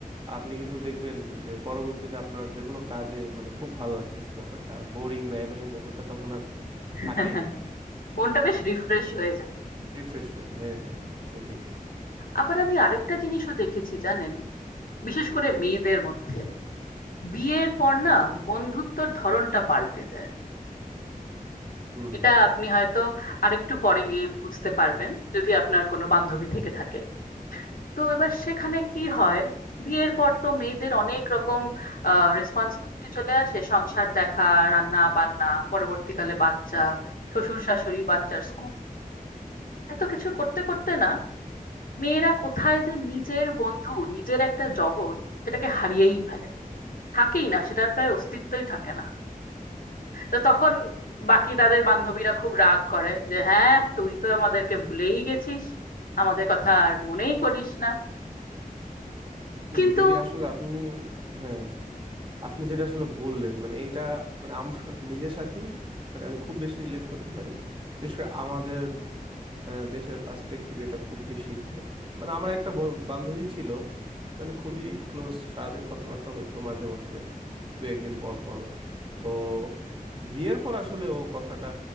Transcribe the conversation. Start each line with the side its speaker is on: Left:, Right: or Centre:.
Right: আপনি কিন্তু দেখবেন যে পরবর্তীতে আপনার যে কোনো কাজে মানে খুব ভালো লাগতেছে ব্যাপারটা বোরিং বা অ্যানোয়িং ব্যাপারটা তখন আর
Left: <laughs>
Right: থাকেই না
Left: মনটা বেশ রিফ্রেশ হয়ে যায়
Right: রিফ্রেশ হয়ে যায় হ্যাঁ হ্যাঁ হ্যাঁ সেটাই
Left: আবার আমি আরেকটা জিনিসও দেখেছি জানেন বিশেষ করে মেয়েদের মধ্যে বিয়ের পর না
Right: আচ্ছা
Left: বন্ধুত্বর ধরনটা পাল্টে যায়
Right: হুম
Left: এটা
Right: হুম
Left: আপনি হয়তো আরেকটু পরে গিয়ে বুঝতে পারবেন যদি আপনার কোনো বান্ধবী থেকে থাকে তো এবার
Right: হুম
Left: সেখানে
Right: হুম।
Left: কি হয় বিয়ের পর তো মেয়েদের অনেক রকম রেসপন্সিবিলিটি চলে আসে সংসার দেখা রান্না বান্না পরবর্তীকালে বাচ্চা শ্বশুর শাশুড়ি বাচ্চার স্কুল এত কিছু করতে করতে না মেয়েরা কোথায় যে নিজের বন্ধু নিজের একটা জগৎ সেটাকে হারিয়েই ফেলে থাকেই না সেটার প্রায় অস্তিত্বই থাকে না তো তখন বাকি তাদের বান্ধবীরা খুব রাগ করে যে হ্যাঁ তুই তো আমাদেরকে ভুলেই গেছিস আমাদের কথা আর মনেই করিস না
Right: হুম
Left: কিন্তু
Right: দিদি আসলে আপনি হ্যাঁ আপনি যেটা আসলে বললেন মানে এইটা মানে আমার <laughs> নিজের সাথেই মানে আমি খুব বেশি রিলেট করতে পারি বিশেষ করে আমাদের আহ, দেশের পার্সপেক্টিভ এটা খুব বেশি হয় মানে আমার একটা বন- বান্ধবী ছিল মানে খুবই ক্লোজ সারাদিন কথাবার্তা হইতো মাঝে মধ্যে দু একদিন পর পর তো বিয়ের পর আসলে ও কথাটা